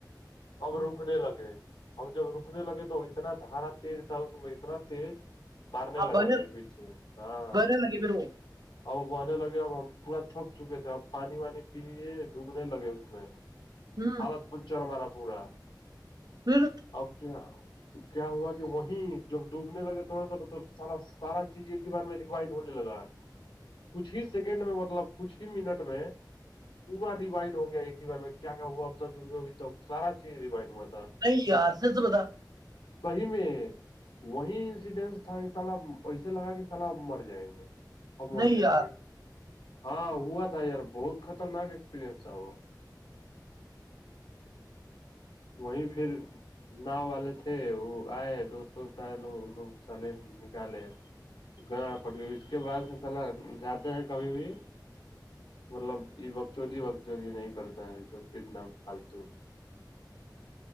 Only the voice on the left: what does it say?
اب رکنے لگے اب جب رکنے لگے تو اتنا دھارا تیز تھا اس میں اتنا تیز مارنے
لگا
پھر پیچھے ہاں
اب ا آنے لگے اب ہم پورا تھک چکے تھے اب پانی وانی پیے ڈوبنے لگے اس میں
حالت پنچ اور ہمارا پورا
اب کیا کیا ہوا کہ وہیں جب ڈوبنے لگے تھوڑے تھوڑے تو سارا سارا چیز بار میں ریوائنڈ ہونے لگا کچھ ہی سیکنڈ میں مطلب کچھ ہی منٹ میں پورا ریوائن ہو گیا ایک بار میں کیا کیا ہوا ا سارا چیز ریوائنڈ ہوا
صحی میں وہی انسیڈینٹس تھا اس سال وس ے لگا کہ سلاح مر جائیں گے اب مر
جائیں
گے ہاں ہوا تھا یار بہت خطرناک ایکسپرینس ہے وہ وہیں پھر ناؤ والے تھے وہ آئے دوست دوست آئے لوگوگ سل نکالے گاڑ پٹ گئے اس کے بعد سے سلا جاتے ہیں کبھی بھی مطلب یہ بکچودی وکچودی نہیں کرتا ہے سب اتنا پالتو